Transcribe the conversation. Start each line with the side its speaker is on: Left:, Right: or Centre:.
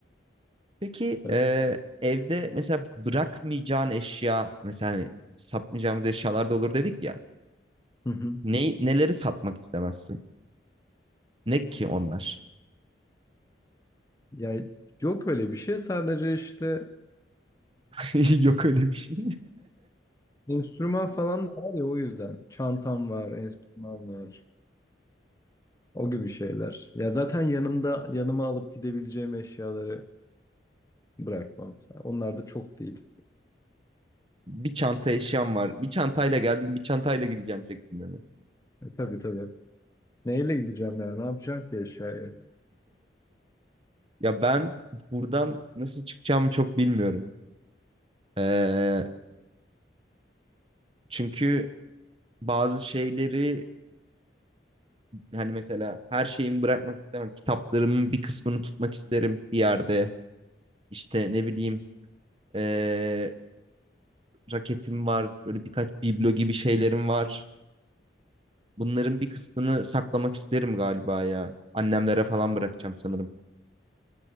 Right: Peki
Left: Evet.
Right: e, evde mesela bırakmayacağın eşya mesela hani satmayacağımız eşyalar da olur dedik ya.
Left: Hı hı.
Right: Ne, neleri satmak istemezsin? Ne ki onlar?
Left: Ya yok öyle bir şey sadece işte
Right: <laughs> Yok öyle bir şey.
Left: Enstrüman falan da var ya o yüzden. Çantam var, enstrüman var. O gibi şeyler. Ya zaten yanımda yanıma alıp gidebileceğim eşyaları bırakmam. Onlar da çok değil.
Right: <laughs> Bir çanta eşyam var. Bir çantayla geldim, bir çantayla gideceğim şeklinde mi?
Left: E, tabii tabii. Neyle gideceğim yani? Ne yapacağım ki eşyayı?
Right: Ya ben buradan nasıl çıkacağımı çok bilmiyorum. Ee, çünkü bazı şeyleri hani mesela her şeyimi bırakmak istemem. Kitaplarımın bir kısmını tutmak isterim bir yerde. İşte ne bileyim eee, raketim var. Böyle birkaç biblo gibi şeylerim var. Bunların bir kısmını saklamak isterim galiba ya. Annemlere falan bırakacağım sanırım.